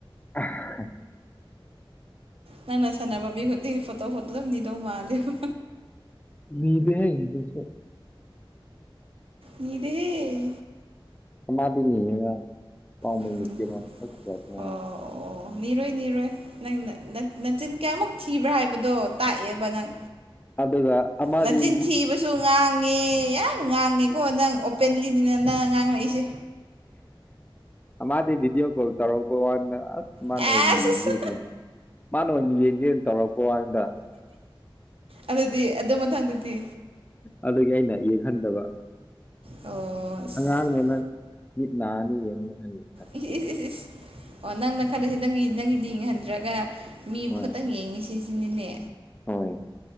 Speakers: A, on the left; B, on the right.
A: <unintelligible>
B: ꯅꯪꯅ ꯁꯥꯟꯅꯕ ꯃꯤ ꯈꯨꯗꯤꯡꯒꯤ ꯐꯣꯇꯣ ꯐꯣꯇꯣ ꯑꯗꯨꯝ ꯅꯤꯗꯧ ꯃꯥꯜꯂꯦꯕ
A: ꯅꯤꯗꯦꯍꯦ ꯅꫭꯏꯁꯨ
B: ꯅꯤꯗꯦꯍꯦ
A: ꯀꯥꯅꯗ ꯅꯤꯎꯔ ꯄꯥꯝꯃꯨꯏ
B: ꯎꯝ
A: ꯅꯨꯄꯤ <unintelligible>
B: ꯑꯣ ꯑꯣ ꯅꯤꯔꯣꯏ ꯅꯤꯔꯣꯏ ꯅꯪ ꯅꯆꯤꯟ ꯀꯌꯥꯃꯨꯛ ꯊꯤꯕ꯭ꯔꯥ ꯍꯥꯏꯕꯗꯣ ꯇꯥꯛꯑꯦꯕ ꯅꯪ
A: ꯑꯗꯨꯒ ꯑꯃꯗꯤ
B: ꯅꯆꯤꯟ ꯊꯤ ꯍꯥꯏꯕꯁꯨ ꯉꯥꯡꯉꯦ ꯌꯥꯝ ꯉꯥꯡꯉꯦꯀꯣ ꯅꯪ ꯑꯣꯄꯦꯟꯂꯤꯅꯤꯅ ꯅꯪ ꯉꯥꯡꯉꯛꯏꯁꯦ
A: ꯃꯥꯗꯤ ꯚꯤꯗꯤꯑꯣ ꯀꯣꯜ ꯇꯧꯔꯛꯄ ꯋꯥꯅ ꯑꯁ ꯃꯥꯅ
B: ꯑꯦꯁ
A: ꯑꯣꯏꯅꯤꯌꯦ <unintelligible> ꯃꯥꯅ ꯑꯣꯏꯅ ꯌꯦꯟꯁꯦ ꯇꯧꯔꯛꯄ ꯋꯥꯅꯤꯗ
B: ꯑꯗꯨꯗꯤ ꯑꯗꯨ ꯃꯊꯪꯗꯗꯤ
A: ꯑꯗꯨꯒꯤ ꯑꯩꯅ ꯌꯦꯡꯍꯟꯗꯕ
B: ꯑꯣ ꯑꯁ
A: ꯑꯉꯥꯡꯗ ꯅꫭꯏ ꯃꯤꯠ ꯅꯥꯔꯅꯤ ꯌꯦꯡꯅ ꯍꯥꯏꯌꯨ
B: ꯏꯁ ꯏꯁ ꯏꯁ ꯏꯁ ꯑꯣ ꯅꯪꯅ ꯈꯜꯂꯁꯤ ꯅꯪꯒꯤ ꯅꯪꯒꯤꯗꯤ ꯏꯪꯍꯟꯗ꯭ꯔꯒ ꯃꯤꯕꯨ
A: ꯍꯣꯏ
B: ꯈꯇꯪ ꯌꯦꯡꯉꯤ ꯁꯤꯁꯤꯅꯤꯅꯦ
A: ꯍꯣꯏ